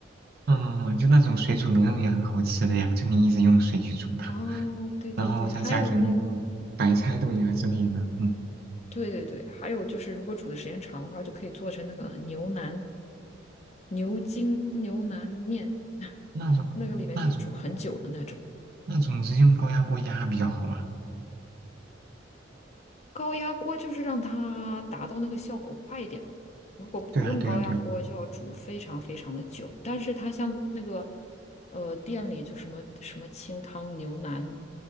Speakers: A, on the right; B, on the left.
A: 嗯，嗯就那种水煮牛肉也很好吃的呀，就你一直用水去煮它，
B: 哦，对对对，
A: 然后再加点那个
B: 还有那
A: 白菜、豆芽之类的。
B: 如
A: 嗯，
B: 对对对，还有就是，如果煮的时间长的话，就可以做成那个牛腩、牛筋牛腩面，<laughs>
A: 那种那种
B: 那个里面就是煮很久的那种。
A: 那种是用高压锅压比较好嘛？
B: 高压锅就是让它达到那个效果快一点嘛。如果不用高压锅，
A: 对啊，对啊，对啊。
B: 就要煮非常非常的久。但是它像那个呃店里就什么什么清汤牛腩